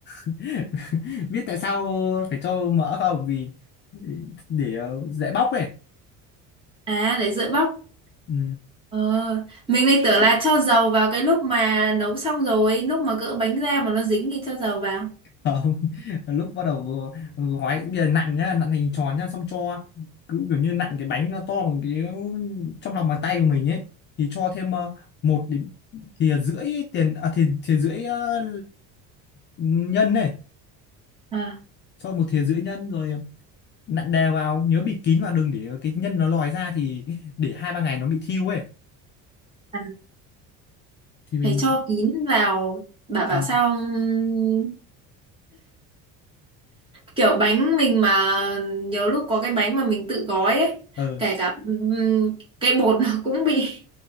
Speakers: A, on the left; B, on the right.
A: <laughs> biết tại sao phải cho mỡ không vì để ờ, dễ bóc này
B: à để dễ bóc
A: ừ.
B: ờ, mình lại tưởng là cho dầu vào cái lúc mà nấu xong rồi lúc mà cỡ bánh ra mà nó dính thì cho dầu vào
A: không <laughs> lúc bắt đầu gói bây giờ nặn nhá nặn hình tròn nhá xong cho cứ kiểu như nặn cái bánh nó to bằng cái trong lòng bàn tay của mình ấy thì cho thêm ờ, một đến thìa rưỡi tiền à thìa, thìa rưỡi ờ, nhân này
B: à,
A: cho một thìa rưỡi nhân rồi nặn đều vào nhớ bịt kín vào đừng để cái nhân nó lòi ra thì để hai ba ngày nó bị thiêu ấy
B: à
A: thì mình
B: phải cho kín vào bà bảo
A: ừ,
B: sao ừm, kiểu bánh mình mà nhiều lúc có cái bánh mà mình tự gói ấy
A: ờ
B: kể cả ừm, cái bột nó cũng bị